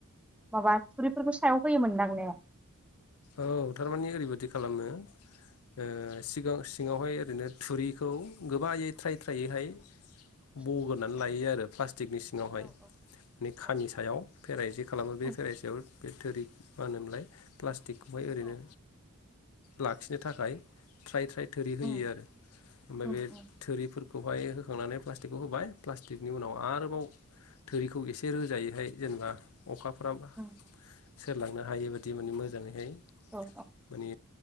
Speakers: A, in the centre; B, on the left.
A: माबा थुरिफोरखौ सायाव होयोमोनदां ने
B: औ थारमाने ओरैबायदि खालामो ओ सिगां सिङावहाय ओरैनो थुरिखौ गोबायै थ्राय थ्रायैहाय बगोरनानै लायो आरो प्लास्टिकनि सिङावहाय
A: औ औ
B: माने खामि
A: औ
B: सायाव फेराइसे खालामो
A: औ
B: बे फेराइसेयाव बे थोरि मा होनोमोनलाय प्ला स्टिकखौहाय ओरैनो
A: औ
B: लाखिनो थाखाय थ्राय थ्राय थोरि होयो
A: उम
B: आरो ओमफ्राय
A: उम
B: बे
A: उम
B: थोरिफोर खौहाय होखांनानै प्लास्टिकखौ होबाय प्लास्टिकनि उनाव आरोबाव थोरिखौ एसे रोजायैहाय जेनेबा अखाफ्रा बा
A: उम उम
B: सेरलांनो हायो मोन दिमानि
A: औ
B: मो जाङैहाय
A: औ
B: माने